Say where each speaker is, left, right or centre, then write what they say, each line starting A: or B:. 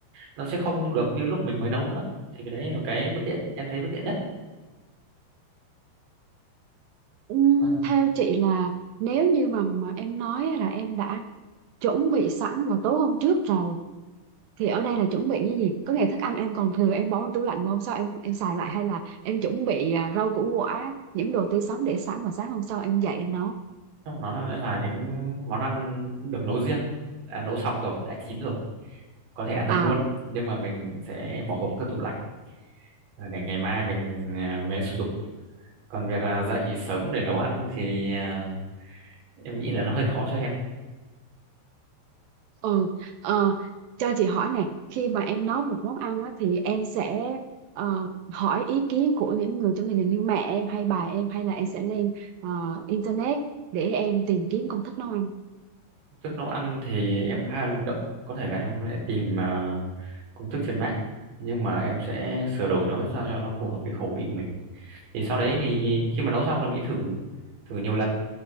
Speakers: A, on the right; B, on the right.
A: nó sẽ không được như lúc mình mới nấu nữa thì cái đấy là cái bất tiện em thấy bất tiện nhất
B: Ừm,
A: Vâng,
B: theo chị là nếu như mà, mà em nói là em đã chuẩn bị sẵn vào tối hôm trước rồi thì ở đây là chuẩn bị cái gì có nghĩa thức ăn em còn thừa em bỏ vào tủ lạnh hôm sau em em xài lại hay là em chuẩn bị à, rau củ quả những đồ tươi sống để sẵn và sáng hôm sau em dậy em nấu
A: trong đó là là những món ăn được nấu riêng đã nấu xong rồi đã chín rồi có thể ăn được
B: à
A: luôn nhưng mà mình sẽ bỏ hộp cất tủ lạnh để ngày mai mình à, mới sử dụng còn việc à, dậy sớm để nấu ăn thì à, em nghĩ là nó hơi khó cho em
B: ừ ờ, cho chị hỏi nè khi mà em nấu một món ăn á, thì em sẽ ờ, hỏi ý kiến của những người trong gia đình như mẹ em hay bà em hay là em sẽ lên ờ, internet để em tìm kiếm công thức nấu ăn
A: tức nấu ăn thì em khá là linh động có thể là em sẽ tìm à, công thức trên mạng nhưng mà em sẽ sửa đổi nó sao cho nó phù hợp với khẩu vị của mình thì sau đấy thì khi mà nấu xong là mình thử thử nhiều lần